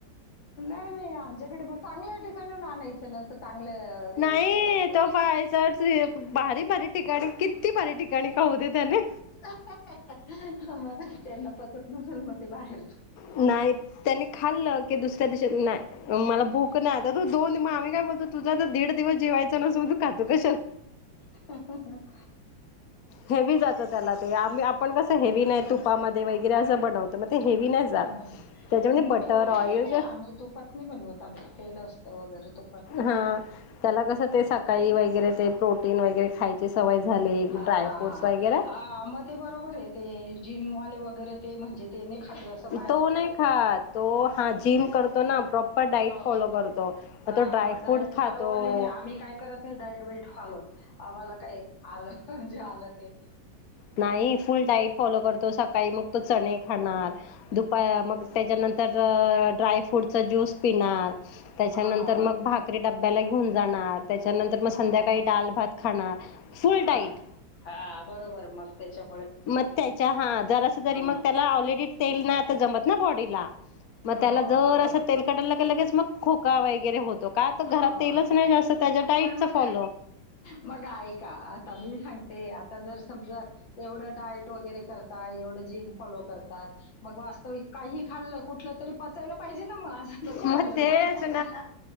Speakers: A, on the left (about 75°); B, on the left (about 60°).
A: नाही नाही आमच्याकडे मग चांगल्या ठिकाणीहुन आणायचं ना चांगलं व्यवस्थित
B: नाही
A: आता
B: तो फायसर भारी भारी ठिकाणी किती भारी ठिकाणी खाऊ दे त्याने
A: <inaudible> आ <inaudible> त्यांना पसत पसन मते बाहेर
B: नाही त्यांनी खाल्लं की दुसऱ्या दिवशी नाही मला भूक नाही आता त दोन मग आम्ही काय बोलतो तुझा तर दीड दिवस जेवायच नस मग तू खातू कशाला
A: ह- ह -ह <inaudible>
B: हेवी जात त्याला ते आपण कस हेवी नाही तुपामध्ये वगैरे असं बनवतं मग ते हेवी नाही जात
A: हा
B: त्याच्यामध्ये बटर
A: तुपामध्ये
B: ऑइल
A: नाही
B: जे
A: आम्ही तुपात नाही बनवत आमच तेल असतं वगैरे ते
B: हा त्याला कसं ते सकाळी वगैरे ते प्रोटीन वगैरे खायची सवय झाली
A: हा-
B: ड्रायफ्रूट्स
A: हा-
B: वगैरे
A: हा मग ते बरोबर आहे ते जिमवाले वग वगैरे ते म्हणजे ते नाही खाते असं बाहेरच
B: तो नाही
A: काही
B: खात तो हा जिम करतो ना प्रॉपर डाईट
A: हो
B: फॉलो करतो.
A: -हा
B: तो ड्रायफ्रूट
A: मग डायट
B: खातो.
A: फालोवाले नाही आम्ही काय करत नाही डायट वेट फालो आम्हाला काय आलं म्हणजे आलं की
B: नाही फुल डाईट फॉलो करतो सकाळी मग तो चणे खाणार दुप मग त्याच्यानंतर ड्रायफ्रूटचा ज्यूस पिणार त्याच्यानंतर
A: हा हा हा
B: मग भाकरी डबब्याला घेऊन जाणार त्याच्यानंतर मग
A: हा
B: संध्याकाळी डाल भात खाणार फुल
A: हा
B: डाईट
A: हा बरोबर मग त्याच्यामुळे
B: मग त्याच्या हा जरा तरी
A: हं
B: मग त्याला ऑलरेडी तेल ना आता जमत ना बॉडीला मग
A: हो
B: त्याला जर
A: बरोबर
B: असं तेल काटायला <unintelligible> गे लगेच मग खोका वगैरे होतो का तर घरात
A: हो
B: तेलच नाही जास्त त्याच्या डाईटच
A: पण मग
B: फॉलो
A: मग ऐ का आता मी सांगते आता जर समजा एवढं डायट वगैरे करता एवढ जिम फॉलो करतात मग वास्तविक काही खाल्लं कुठलं तरी पचायला पाहिजे मगज न कमहिलं
B: मग तेच
A: ना